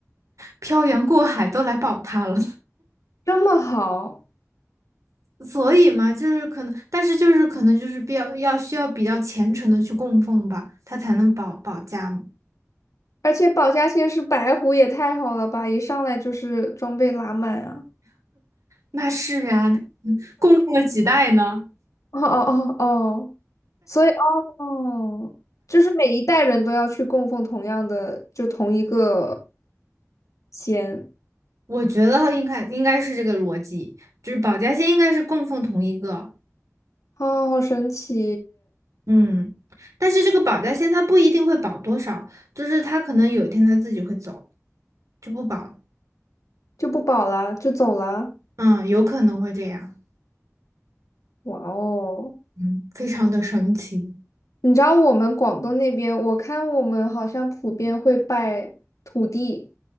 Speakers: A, on the right; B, on the left.
A: 漂洋过海都来保他了。
B: 这么好！
A: 所以嘛，就是可能，但是就是可能就是比较要需要比较虔诚的去供奉吧，他才能保保家嘛。
B: 而且保家仙是白狐，也太好了吧！一上来就是装备拉满啊！
A: 那是啊，嗯供奉了几代呢？
B: <laughs> 哦哦哦哦，所以哦，就是每一代人都要去供奉同样的，就同一个仙，
A: 我觉得应该应该是这个逻辑，就是保家仙应该是供奉同一个，
B: 哦，好神奇！
A: 嗯，但是这个保家仙他不一定会保多少，就是他可能有一天他自己会走，就不保了
B: 就不保了，就走了。
A: 嗯，有可能会这样，
B: 哇哦！
A: 嗯，非常的神奇。
B: 你知道我们广东那边，我看我们好像普遍会拜土地，